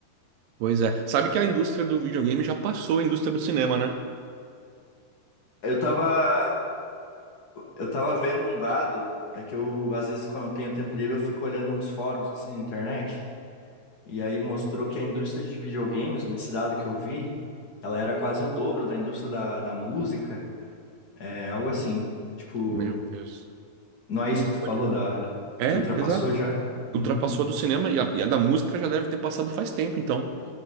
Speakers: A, on the right; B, on the left.
A: Pois é. Sabe que a indústria do videogame já passou a indústria do cinema, né?
B: Eu tava, eu tava vendo um dado, é que eu, às vezes, quando eu tenho tempo livre, eu fico olhando uns fóruns, assim, na internet, e aí mostrou que a indústria de videogames, nesse dado que eu vi, ela era quase o dobro da indústria da, da música, é algo assim, tipo,
A: Meu Deus.
B: não
A: Como
B: é isso que
A: pode,
B: tu falou,
A: né?
B: da,
A: É,
B: que ultrapassou
A: exato.
B: já? Uhum,
A: Ultrapassou a do cinema e a, e a da música já deve ter passado faz tempo, então.